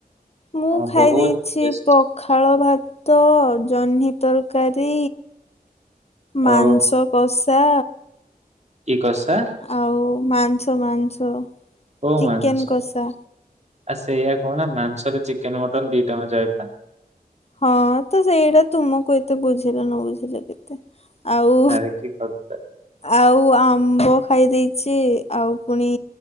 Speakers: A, on the left; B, on the right.
A: ମୁଁ
B: ହଁ
A: ଖାଇ
B: ବହୁତ
A: ଦେଇେଚି
B: ଟେଷ୍ଟି।
A: ପଖାଳ ଭା ଭାତ ଜହ୍ନି ତରକାରୀ ମାଂସ
B: ଓ
A: କଷ ଷା।
B: କି କଷା
A: ଆଉ ମାଂସ ମାଂସ
B: ଓ
A: ଚିକେନ
B: ମାଂସ।
A: କଷା
B: ଆଉ ସେଇଆା କହୁନ ମାଂସରେ ଚିକେନ ମଟନ୍ ଦି ଟାକ ଯାଏ ପା।
A: ହଁ ତ ସେଇଟା ତୁମକୁ ଏତେ ବୁଝିଲା ନ ବୁଝିଲ କେତେ। ଆଉ
B: ଆରେ କି କଥା
A: ଆଉ ଆ ଆମ୍ବ ଖାଇ ଦେଇଚି ଆଉ ପୁଣି